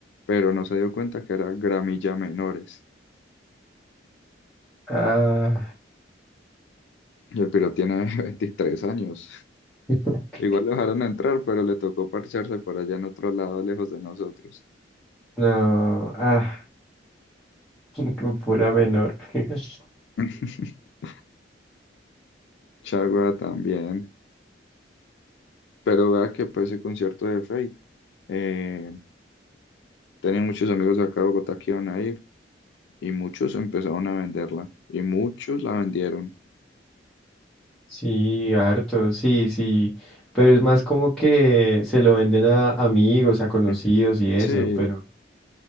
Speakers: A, on the left; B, in the centre.
A: pero no se dio cuenta que era gramilla menores.
B: ah,
A: Y el piro tiene <laughs> 23 años.
B: <laughs>
A: Igual lo dejaron entrar, pero le tocó parcharse por allá en otro lado, lejos de nosotros.
B: no, ah, <laughs> con pura menor, <laughs>
A: <laughs> Chagua también. Pero vea que para ese concierto de Fate, eh, tenía muchos amigos de acá de Bogotá que iban a ir y muchos empezaron a venderla y muchos la vendieron.
B: sí, harto, sí, sí, pero es más como que se lo venden a amigos, a conocidos
A: <clears throat>
B: y eso,
A: Sí,
B: pero...